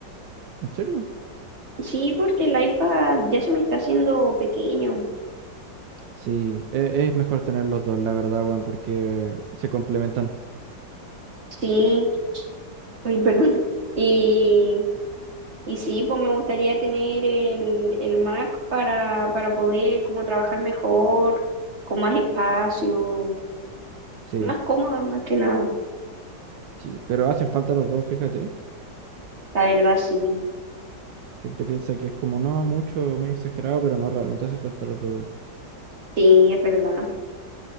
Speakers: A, on the right; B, on the right.
A: ¿En serio?
B: Sí, porque el iPad ya se me está haciendo pequeño.
A: Sí, e- es mejor tener los dos, la verdad, weón, porque se complementan.
B: Sí, uy, <laughs> perdón. Y Y sí, pues me gustaría tener el, el Mac para, para poder como trabajar mejor, con más espacio,
A: Sí.
B: más cómoda más que nada.
A: Sí, pero hacen falta los dos, fíjate.
B: La verdad, sí,
A: Gente piensa que es como, no, mucho, muy exagerado, pero no, realmente hace falta los dos, weón.
B: sí, es verdad.